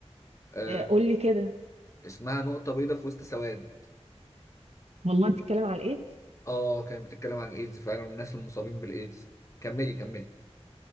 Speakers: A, on the left (about 25°); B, on the right (about 70°).
A: آه،
B: آه، قول لي كده
A: اسمها نقطه بيضاء في وسط سواد
B: والله بتتكلم على الايدز
A: اه كانت بتتكلم عن الايدز فعلا والناس المصابين بالايدز كملي كملي